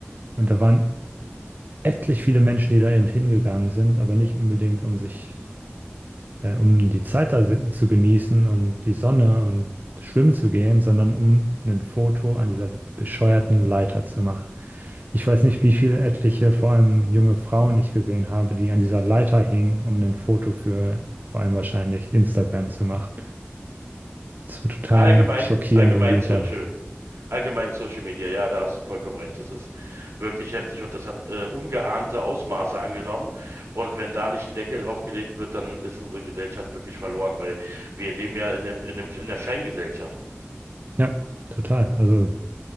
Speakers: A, on the right; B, on the right.
A: Und da waren etlich viele Menschen, die da eben hingegangen sind, aber nicht unbedingt, um sich äh, um die Zeit da si- zu genießen und die Sonne und schwimmen zu gehen, sondern um ein Foto an dieser bescheuerten Leiter zu machen. Ich weiß nicht, wie viele etliche, vor allem junge Frauen ich gesehen habe, die an dieser Leiter hingen, um ein Foto für vor allem wahrscheinlich Instagram zu machen. Das war total
B: Na, allgemein,
A: schockierend
B: allgemein
A: und lächerlich.
B: Social, allgemein Social Media, ja, da hast du vollkommen recht. Das ist wirklich heftig und das hat äh, ungeahnte Ausmaße angenommen. Und wenn da nicht ein Deckel drauf gelegt wird, dann ist unsere Gesellschaft wirklich verloren, weil wir leben ja in einem, in einem, in einer Scheingesellschaft.
A: Ja, total. Also